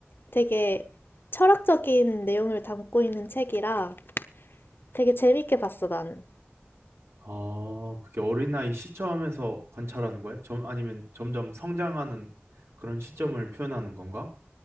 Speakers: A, on the left; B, on the right.
A: 되게 철학적인 내용을 담고 있는 책이라 되게 재밌게 봤어, 나는.
B: 어, 그게 어린아이 시점에서 관찰하는 거야? 점, 아니면 점점 성장하는 그런 시점을 표현하는 건가?